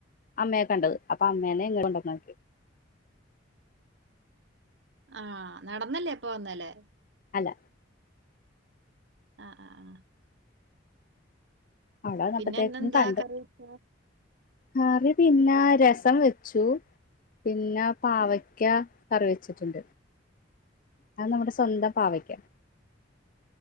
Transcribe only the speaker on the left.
അമ്മയെ കണ്ടത് അപ്പാ അമ്മേനെ ഇങ്ങ് കൊണ്ടോന്നാക്കി
അല്ല
അവിടെ വന്നപ്പത്തേക്കും
കണ്ടു
കറി പിന്നെ രസം വെച്ചു പിന്നെ പാവക്ക കറി വെച്ചിട്ടുണ്ട് അത് നമ്മുടെ സ്വന്തം പാവയ്ക്ക്